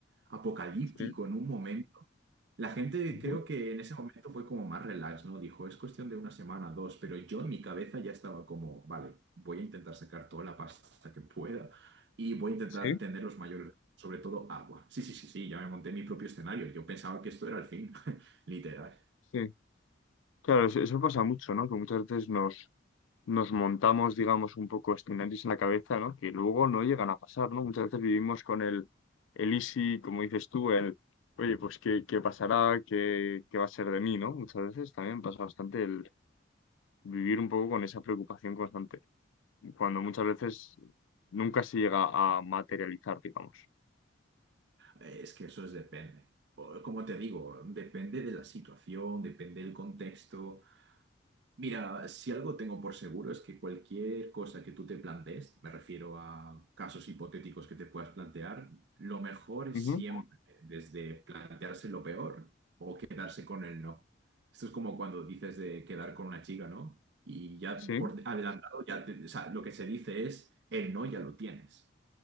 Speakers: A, on the right (about 55°); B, on the left (about 75°).
A: apocalíptico
B: Sí,
A: en un momento. La gente
B: ujú,
A: creo que en ese momento fue como más relax, ¿no? Dijo, es cuestión de una semana, dos, pero yo en mi cabeza ya estaba como, vale, voy a intentar sacar toda la pasta que pueda y voy a intentar
B: sí,
A: tener los mayores, sobre todo agua. Sí, sí, sí, sí, ya me monté mi propio escenario. Yo pensaba que esto era el fin, <laughs> literal.
B: sí. Claro, eso, eso pasa mucho, ¿no? Que muchas veces nos, nos montamos, digamos, un poco escenarios en la cabeza, ¿no? Que luego no llegan a pasar, ¿no? Muchas veces vivimos con el, el easy, como dices tú, el, oye, pues qué, qué pasará, qué, qué va a ser de mí, ¿no? Muchas veces también pasa bastante el vivir un poco con esa preocupación constante, cuando muchas veces nunca se llega a materializar, digamos.
A: Es que eso es depende. O, Como te digo, depende de la situación, depende del contexto. Mira, si algo tengo por seguro es que cualquier cosa que tú te plantees, me refiero a casos hipotéticos que te puedas plantear, lo mejor es
B: Ujú,
A: siempre, desde plantearse lo peor, quedarse con el no. Esto es como cuando dices de quedar con una chica, ¿no? Y ya
B: Sí,
A: por adelantado, ya te- o sea, lo que se dice es, el no ya lo tienes.